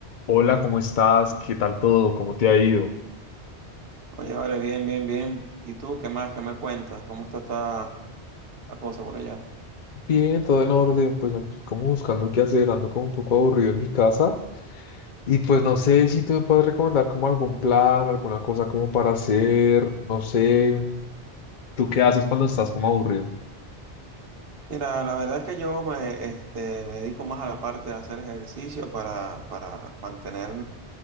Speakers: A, on the left; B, on the right.
A: Hola, ¿cómo estás? ¿Qué tal todo? ¿Cómo te ha ido?
B: Oye, vale, bien, bien, bien. ¿Y tú qué más? ¿Qué me cuentas? ¿Cómo está, ta- la cosa por allá?
A: Bien, todo en orden, pues aquí como buscando qué hacer, ando como un poco aburrido en mi casa y pues no sé si tú me puedes recomendar como algún plan, alguna cosa como para hacer, no sé. ¿Tú qué haces cuando estás como aburrido?
B: Mira, la verdad es que yo me, este, me dedico más a la parte de hacer ejercicio para, para mantener,